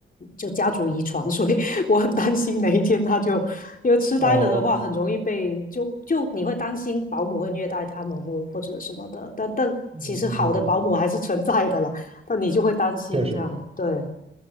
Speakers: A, on the left; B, on the right.
A: 就家族遗传，所以 <laughs> 我很担心哪一天他就，因为痴呆了的话，
B: 哦，
A: 很容易被就就你会担心保姆会虐待他们或或者什么的，但但其实好的保姆还是存在的啦，
B: 嗯，嗯
A: 但你就会担心这样，
B: 确实。
A: 对，